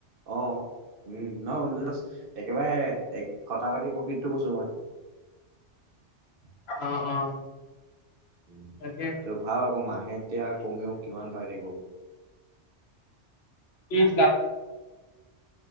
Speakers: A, on the right; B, on the left.
A: অ উম, ন'? <unintelligible> একেবাৰে এক খটা-খাটি প্ৰফিটটো কৈছোঁ মই। <inaudible>
B: অ' - অ'।
A: উম।
B: তাকে
A: তো ভাব আকৌ, মাহে এতিয়া কমেও কিমান বাঢ়িব।
B: ত্ৰিশ লাখ।